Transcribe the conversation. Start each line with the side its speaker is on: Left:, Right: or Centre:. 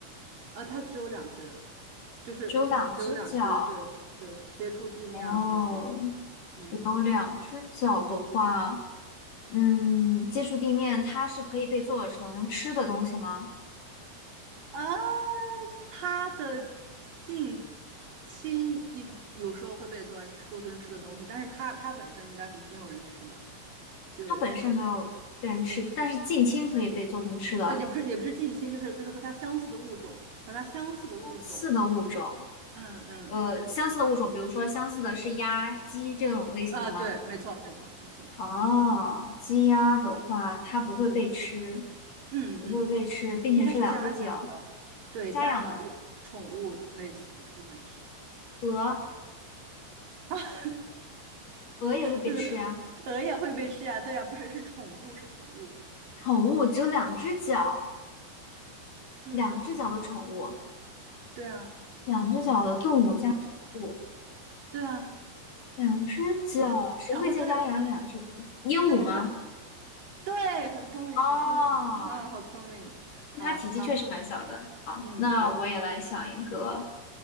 Right: 啊，它只有两只，就是就是只有两只，
Left: 只有两只脚。
Right: 对对，接触地面啊或者什么的。
Left: 哦，
Right: 嗯，
Left: 只有两只脚的话，嗯，接触地面，它是可以被做成吃的东西吗？
Right: 啊，它的近亲也有时候会被做成吃做成吃的东西，但是它它本身应该是没有人吃的，就对。
Left: 它本身没有被人吃，但是近亲可以被做成吃的。
Right: 呃，也不是也不是近亲，就是就是和它相似的物种，和它相似的物种。
Left: 相似的物种，
Right: 嗯嗯，
Left: 呃，相似的物种，比如说相似的是鸭、鸡这种类型的吗？
Right: 啊，对，没错没错没错。
Left: 哦，鸡鸭的话，它不会被吃，
Right: 嗯嗯嗯，
Left: 不会被吃，并且是两个脚。
Right: 嗯，它是家养的，对，
Left: 家养的
Right: 家养的宠物类型的，一般是。
Left: 鹅，
Right: <laughs>
Left: 鹅也会被吃呀。
Right: 鹅鹅也会被吃呀？对呀，不是是宠物是宠物，
Left: 宠物只有两只脚。
Right: 对啊
Left: 两只脚的宠物，
Right: 对啊
Left: 两只脚的动物加宠物，
Right: 对啊。
Left: 两只脚，谁会在家养两只鹦鹉吗？
Right: 然后它的，但是它对，很聪明很聪明，
Left: 哦，
Right: 啊，好聪明，好好，
Left: 它体积确实蛮小的。好，
Right: 嗯，
Left: 那我也来想一个，
Right: 对，